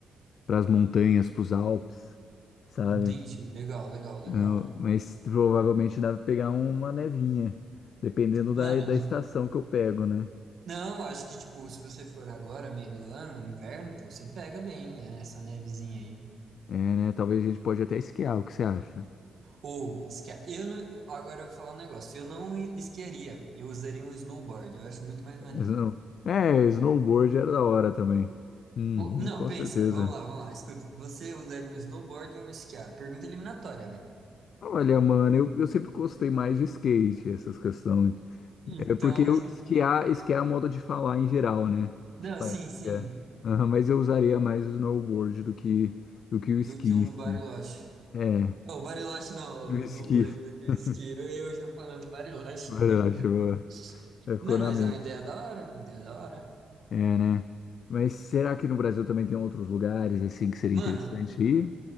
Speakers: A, on the left; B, on the right.
A: Pras montanhas, pros Alpes, sabe?
B: Entendi, legal, legal, legal.
A: Ah, Mas provavelmente dá pra pegar uma nevinha, dependendo da,
B: Mano,
A: da
B: eu-
A: estação que eu pego, né?
B: não, acho que, tipo, se você for agora, meio do ano, inverno, pô, você pega bem é, essa nevezinha aí.
A: É, né? Talvez a gente pode até esquiar, o que você acha?
B: Ou, esqui... eu não... agora eu vou falar um negócio, eu não esquiaria, eu usaria um snowboard, eu acho muito mais maneiro.
A: Snow- É, snowboard era da hora também. Uhum,
B: Pô, Não,
A: com
B: pensa,
A: certeza.
B: vamos lá, vamos lá, escuta. Você usaria um snowboard ou um esquiar? Pergunta eliminatória, velho.
A: Olha, mano, eu, eu sempre gostei mais de skate, essas questões,
B: Então,
A: É porque eu
B: es-
A: esquiar, esquiar é a moda de falar em geral, né?
B: não,
A: Tipo,
B: sim,
A: é.
B: sim,
A: é. Aham, mas eu usaria mais o snowboard do que, do que o
B: do
A: esqui
B: que um
A: em si.
B: bariloche.
A: É,
B: Não, o bariloche não,
A: o
B: um
A: esqui.
B: snowboard do que um
A: <laughs>
B: esqui. Eu, eu já falando bariloche,
A: Verdade,
B: tá ligado?
A: boa. É, ficou
B: Mano,
A: na
B: mas
A: mente.
B: é uma ideia da hora, é uma ideia da hora.
A: É, né? Mas será que no Brasil também tem outros lugares, assim, que seria
B: Mano,
A: interessante ir?